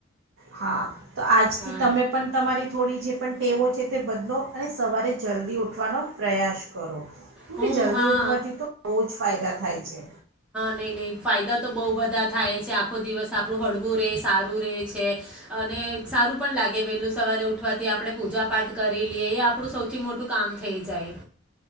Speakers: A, on the right (about 75°); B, in the centre.
A: હા. તો આજથી
B: હા
A: તમે પણ તમારી થોડી જે પણ ટેવો છે તે બદલો અને સવારે જલ્દી ઉઠવાનો પ્રયાસ કરો. કેમકે
B: હું
A: જલ્દી
B: હા
A: ઉઠવાથી તો બુઉ જ ફાયદા થાય છે.
B: નહી નહી ફાયદા તો બહુ બધા થાય છે આખો દિવસ આપણું હળવું રે, સારું રે છે અને સારું પણ લાગે વહેલું સવારે ઉઠવાથી આપણે પૂજા પાઠ કરી લિએ એ આપણું સૌથી મોટું કામ થઈ જાય.